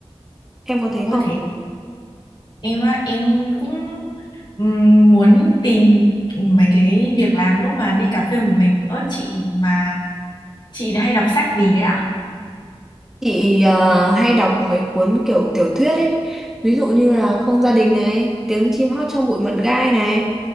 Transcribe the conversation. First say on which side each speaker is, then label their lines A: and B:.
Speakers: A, in the centre; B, on the left.
A: em có thấy
B: Ôi
A: không?
B: thế em á em cũng ừm, muốn tìm mấy cái việc làm lúc mà đi cà phê một mình Ơ chị mà chị hay đọc sách gì đấy ạ
A: Chị ờ, hay đọc mấy cuốn kiểu tiểu thuyết ấy, ví dụ như là Không gia đình này, Tiếng chim hót trong bụi mận gai này,